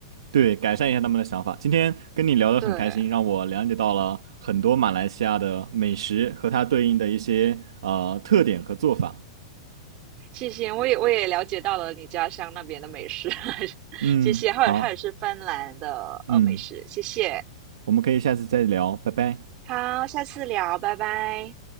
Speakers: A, on the right; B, on the right.
A: 对，改善一下他们的想法。今天跟你聊得很开心，
B: 对，
A: 让我了解到了很多马来西亚的美食和它对应的一些呃特点和做法。
B: <laughs> 谢谢，我也我也了解到了你家乡那边的美食，<laughs>
A: 嗯，
B: 谢谢，还有还有是芬兰的呃美食，
A: 好，嗯。
B: 谢谢。
A: 我们可以下次再聊，拜拜。
B: 好，下次聊，拜拜。